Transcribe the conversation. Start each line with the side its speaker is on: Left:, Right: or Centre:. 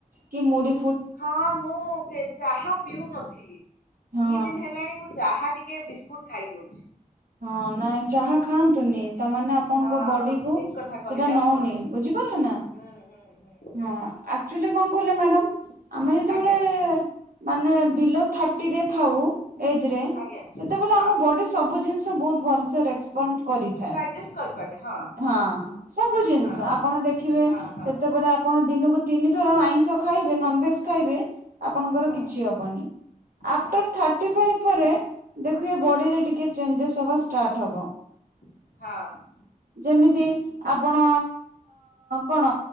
Right: କି ମୁଡି
Left: ହଁ ମୁଁ ଚାହା ପିଉନଥିଲି। ଦି
Right: ହଁ
Left: ଦିନ ହେଲାଣି ମୁଁ ଚାହା ଟି ଟିକେ ବିସ୍କୁଟ୍ ଖାଇଦଉଛି।
Right: ହଁ ନାଇଁ ଚାହା ଖାଆନ୍ତୁନି। ତାମାନେ ଆପଣଙ୍କ
Left: ହଁ
Right: ବଡି କୁ
Left: ଠିକ କଥା କହିଲେ
Right: ସେଟା ନଉନି।
Left: ଆପଣ
Right: ବୁଝିପାରିଲେ ନା?
Left: ହୁଁ ହୁଁ ହୁଁ
Right: ହଁ ଆକ୍ଚୁଆଲି କଣ କହିଲ ମ୍ୟାଡାମ! ଆମେ ଯେତେବେଳେ
Left: ଆଜ୍ଞା।
Right: ମାନେ ବିଲୋ ଥାର୍ଟି ରେ ଥାଉ ଏଜ୍ ରେ!
Left: ଆଜ୍ଞା
Right: ସେତେବେଳେ
Left: ହଁ
Right: ଆମ ବଡି ସବୁ ଜିନିଷ ଭଲସେ ରେସପଣ୍ଡ କରିଥାଏ।
Left: ଡାଇଜେସ୍ଟ କରି ହଁ <unintelligible>
Right: ହଁ ହଁ ସବୁ ଜିନିଷ
Left: ହଁ।
Right: ଆପଣ ଦେଖିବେ
Left: ହଁ ହଁ
Right: ସେତେବେଳେ ଆପ ଆପଣ ଦିନକୁ ତିନି ଥର, ଆଇଁଷ ଖାଇବେ ନନଭେଜ ଖାଇବେ? ଆପଣଙ୍କର
Left: ହୁଁ
Right: କିଛି ହବନି। ଆଫ୍ଟର
Left: ହୁଁ
Right: ଥାର୍ଟି ଫାଇଭ ପରେ ଦେଖିବେ ବଡିରେ
Left: ହୁଁ
Right: ଟିକେ ଚେଞ୍ଜେସ ହବା ଷ୍ଟାର୍ଟ ହବ।
Left: ହଁ।
Right: ଯେମିତି ଆପଣ କଣ?